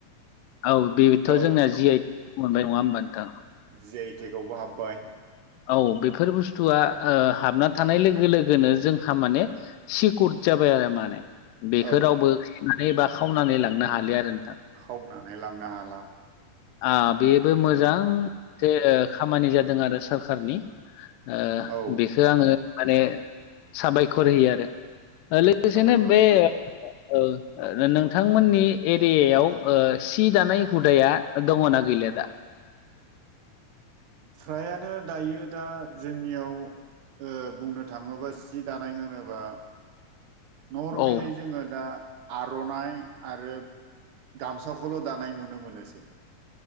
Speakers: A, on the left; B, on the right.
A: आइ औ बेथ'
B: औ
A: जोंना जि आइ टेग मोनबाय नङा होमबा नोथां?
B: जि आइ टेकआवबो हाबबाय
A: औ बेफोर बुस्थुआ ओ हाबना थानाय लोगो लोगोनो जों माने सिकुर जाबाय आरो माने। बेखौ
B: औ
A: रावबो <unintelligible> बा खावनानै लांनो हालि आरो
B: खावनानै लांनो हाला।
A: ओ बेबो मोजां
B: उम
A: जे खामानि जादों आरो सोरखारनि ओ
B: औ
A: बेखौ आङो माने साबायखर होयो आरो। ओ लोगोसेनो
B: साबायखर
A: बे
B: होनांगोन
A: ओ नोंथांमोननि एरियायाव ओ सि दानाय हुदाया दङना गैलि दा?
B: <inaudible> नो दायो दा जोंनियाव ओ बुंनो थाङोबा सि दानाय होनोबा नर्मेलि
A: औ
B: जोङो दा। आर'नाइ आरो गामसाखौल' दानाय नुनो मोनोसै